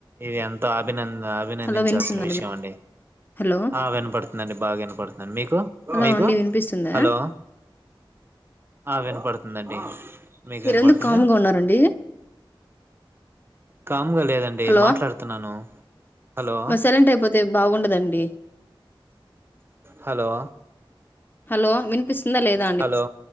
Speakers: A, on the right; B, on the left.
A: ఇది ఎంతో అభిన అభినందించాల్సిన
B: హలో వినిపిస్తుందండి
A: విషయం
B: మీ
A: అండి
B: హలో
A: ఆ వినపడుతుందిండి బాగా వినపడుతుందిండి మీకు
B: హలో
A: మీకు
B: అండి వినిపిస్తుందా
A: హలో ఆ వినపడుతుందండి మీకు
B: మీరెందుకు
A: వినపడుతుందా
B: కాముగా ఉన్నారండి
A: కా గా లేదండి
B: హలో
A: మాట్లాడుతున్నాను హలో
B: సైలెంట్ అయిపోతే బాగుండదండి
A: హలో
B: హలో వినిపిస్తుందా లేదా అండి
A: హలో